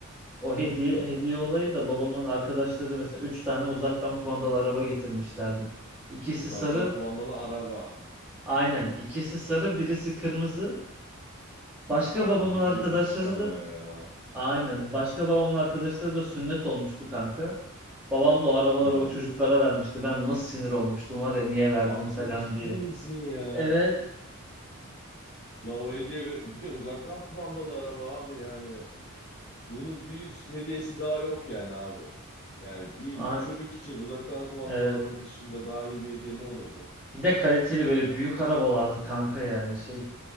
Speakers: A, in the centre; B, on the left.
A: O hediye hediye olayı da babamın arkadaşları mesela 3 tane uzaktan kumandalı araba getirmişlerdi. İkisi
B: Uzaktan
A: sarı,
B: kumandalı araba.
A: aynen ikisi sarı, birisi kırmızı. Başka
B: Abi
A: babamın arkadaşları
B: bir de üç tane
A: da
B: ya.
A: aynen başka babamın arkadaşları da sünnet olmuştu kanka. Babam da o arabaları
B: Ha.
A: o çocuklara vermişti. Ben nasıl sinir olmuştum var ya niye verdin
B: Abi
A: falan
B: sen ciddi
A: diye.
B: misin ya?
A: Evet.
B: La o hediye bir, bir de uzaktan kumandalı araba abi yani. Bunun bir üst hediyesi daha yok yani abi. Yani bir,
A: Aynen.
B: bir çocuk için uzaktan kumandalı
A: Evet.
B: araba dışında daha iyi bir hediye ne olabilir?
A: Bir de kaliteli böyle büyük arabalardı kanka yani şey.